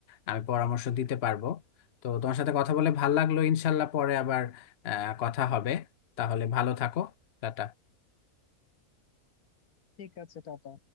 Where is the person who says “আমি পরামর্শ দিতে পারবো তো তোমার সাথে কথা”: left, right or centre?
Left